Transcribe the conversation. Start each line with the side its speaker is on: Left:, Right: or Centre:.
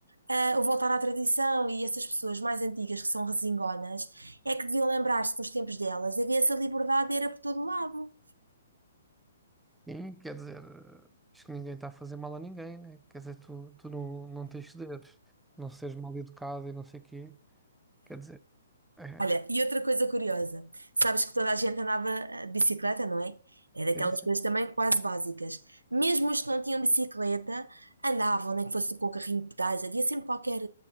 Right: ah, o voltar à tradição e essas pessoas mais antigas que são resingonas é que deviam lembrar-se dos tempos delas. Havia essa liberdade, era por todo lado.
Centre: Sim, quer dizer, eh, acho que ninguém está a fazer mal a ninguém, né? Quer dizer, tu, tu não, não tens de não seres mal educado e não sei o quê, quer dizer, é,
Right: Olha, e outra coisa curiosa, sabes que toda a gente andava eh, de bicicleta, não é? É daquelas
Centre: sim, sim.
Right: coisas também quase básicas. Mesmo os que não tinham bicicleta, andavam, nem que fosse com o carrinho de pedais, havia sempre qualquer,